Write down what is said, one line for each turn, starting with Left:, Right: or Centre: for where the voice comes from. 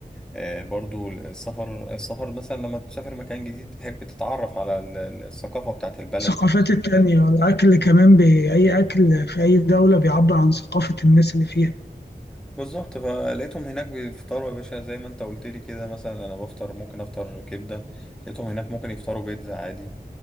Centre: آه، برضو السفر السفر مثلا لما تسافر مكان جديد بتحب تتعرف على ال- ال- الثقافه بتاعت البلد
Left: الثقافات التانية الأكل كمان بأي أكل في أي دولة بيعبر عن ثقافة الناس اللي فيها
Centre: بالظبط فلقيتهم هناك بيفطروا يا باشا زي ما انت قلت لي كده مثلا انا بفطر ممكن افطر كبده لقيتهم هناك ممكن يفطروا بيتزا عادي